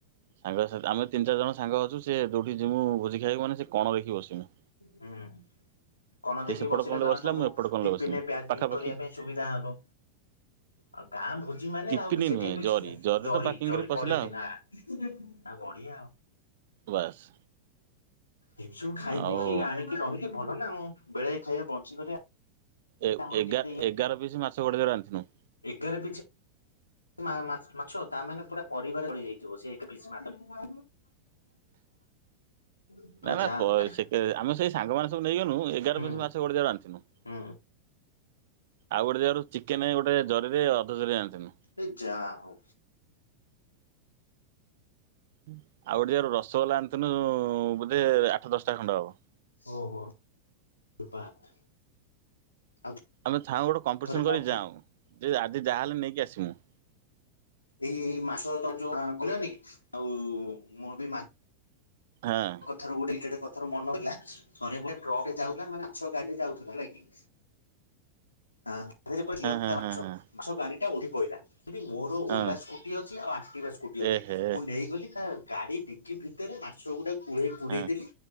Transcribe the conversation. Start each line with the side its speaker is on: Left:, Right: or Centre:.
Right: ସାଙ୍ଗ ସା, ଆମେ ତିନି ଚାରି ଜଣ ସାଙ୍ଗ ଅଛୁ ସେ ଯୋଉଠିକୁ ଯିମୁ ଭୋଜି ଖାଇବାକୁ ମାନେ ସେ କଣ ଦେଖି ବସିମୁ।
Left: ହୁଁ। କଣ
Right: ସେ
Left: ଦେଖି
Right: ସେପଟ
Left: ବସିଲେ
Right: କଣରେ
Left: ତମେ
Right: ବସିଲା
Left: ସବୁ
Right: ମୁଁ ଏପଟ କଣରେ
Left: ଟିଫିନରେ
Right: ବସିମି
Left: ପ୍ୟାକିଂ
Right: ପାଖାପାଖି।
Left: କରିବା ପାଇଁ ସୁବିଧା ହବ। ଆଉ ଗାଁଆ ଭୋଜି ମାନେ
Right: ଟିପିନି
Left: ଆଉ ସେଠି
Right: ନୁହେଁ
Left: ଏଠୁ
Right: ଜରି
Left: ଛିଡା
Right: ଜରିରେ
Left: ଜରି
Right: ତ ପାକିଂ
Left: ଜରି
Right: କରି ପଶିଲା
Left: ପଡ଼ିଛି
Right: ଆଉ
Left: ନା, ଆଉ ବଢିଆ।
Right: ବାସ୍।
Left: ଏମିତି ସବୁ ଖାଇ
Right: ଆଉ
Left: ପିଇକି ଆଣିକି ରହିଲେ ଭଲ ନା ଆଉ, ବେଳେଏ ଖାଇବା ବଞ୍ଚିଗଲେ।
Right: ଏ
Left: ଆମର
Right: ଏଗାର
Left: କେତେ
Right: ଏଗାର ପିସ୍ ମାଛ ଗୋଟେ ଜାଗାରୁ ଆଣିିଥିନୁ।
Left: ଏଗାର ପିଛ୍? ମା ମାଛ୍ ମାଛ ତା ମାନେ ପୁରା ପରିବାର ଚଳି ଯାଇଥିବ ସେ ଏଗାର ପିସ୍ ମାଛରେ। <unintelligible>
Right: ନା ନା ପଇ
Left: ହଉ ଆରେ
Right: ସେଥେରେ ସେ ଆମେ ସେଇ ସାଙ୍ଗମାନେ ସବୁ ସବୁ ନେଇଗନୁ ଏଗାର
Left: ହୁଁ
Right: ପିସ୍ ମାଛ ଗୋଟେ ଜାଗାରୁ ଆଣିଥିନୁ।
Left: ହୁଁ
Right: ଆଉ ଗୋଟେ ଜାଗାରୁ ଚିକେନ ଗୋଟେ ଜରିରେ ଅଧ ଜରିଏ ଆନିଥିନୁ।
Left: ଏଇ ଯାଆ ହଉ।
Right: ଆଉ ଗୋଟେ ଜାଗାରୁ ରସଗୋଲା ଆଣିଥୁନୁ-ଉ-ଉ ବୋଧେ ଆଠ ଦଶଟା ଖଣ୍ଡ ହବ।
Left: ଓହୋଃ ବାତ୍ ଆଉ
Right: ଆମେ ଥାଉଁ ଗୋଟେ କମ୍ପିଟିସନ
Left: ଥରେ କଣ
Right: କରି ଯାଉଁ, ଯେ ଆଜି ଯାହାହେଲେ ନେଇକି ଆସିମୁ।
Left: ଏଇ-ଇ-ଇ ମାସକ ତଳେ ଯୋଉ ଆଁ କଲେନି ଆଉ-ଉ-ଉ ମୋର ବି ମାଆ
Right: ହାଁ।
Left: ଥରେ ଗୋଟେ <unintelligible> ମନ ହେଲା ଥରେ ଗୋଟେ ଟ୍ରକଟେ ଯାଉଥିଲା ମାନେ ମାଛ ଗାଡି ଯାଉଥିଲା ହେଲା କି। ହାଁ <inaudible> ଜୀଅନ୍ତା
Right: ହଁ ହଁ
Left: ମାଛ,
Right: ହଁ ହଁ
Left: ମାଛ ଗାଡ଼ିଟା ଓଲଟି ପଇଲା। <inaudible> ମୋର
Right: ହଁ
Left: ଓଲା ସ୍କୁଟି ଅଛି ଆଉ ଆକ୍ଟିଭା ସ୍କୁଟି ଅଛି
Right: ଏହେ
Left: ମୁଁ ନେଇଗଲି ତା ଗାଡି ଡିକି ଭି ଭିତରେ ମାଛ ଗୋଟେ ପୁଳେ ପୁରେଇଦେଲି
Right: ହଁ